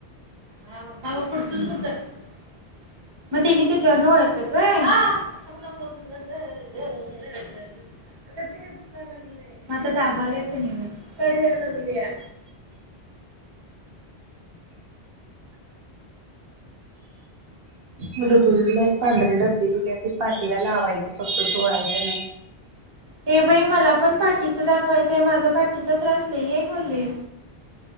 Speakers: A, on the right (about 30°); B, on the right (about 65°).
A: हा मग् पुढचंच बगत्यात म त्यानी त्याच्यावरण ओळखत्यात होय. हात लावू नक ग ग ग ग ग अग तेच दुकाय लागलंय. दाबालेत <unintelligible> कळ यायला लागलीया
B: मी तुला <unintelligible> पांढरे डब्बे दिल्यात ते पाठीला लावायचे फक्त चोळायचे नाही
A: ये बाई, मला पण पाठीचं दाखवायचंय माझा पाठीचा त्रास लई आय बोलले